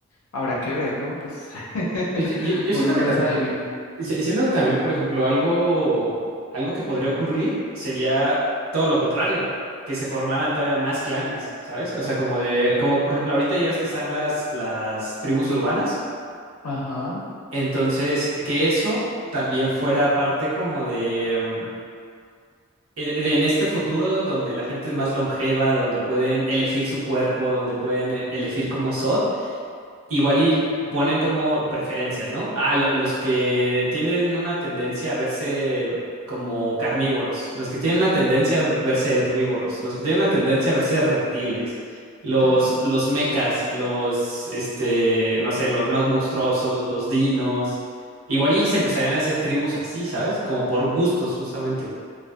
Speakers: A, on the left; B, on the right.
A: habrá que ver, ¿no? Pues <laughs>
B: Pues, yo, yo
A: uno
B: siento
A: no
B: que también,
A: es adivino.
B: si- siento que también, por ejemplo, algo, algo que podría ocurrir sería todo lo contrario, que se formaran todavía más clanes, ¿sabes? O sea, como de, como por ejemplo, ahorita ya ves que están las, las tribus urbanas,
A: Ajá,
B: entonces que eso también fuera parte como de, eh, de- en este futuro donde la gente es más longeva, donde pueden elegir su cuerpo, donde pueden e- elegir cómo son, igual y ponen como preferencias, ¿no? Ah, lo- los que tienen una tendencia a verse como carnívoros, los que tienen una tendencia a verse herbívoros, los que tienen una tendencia a verse reptiles, los,
A: claro.
B: los mecas, los, este, no sé, los más monstruosos, los dinos. Igual y se empezarían a hacer tribus así, ¿sabes? Como por gustos, justamente.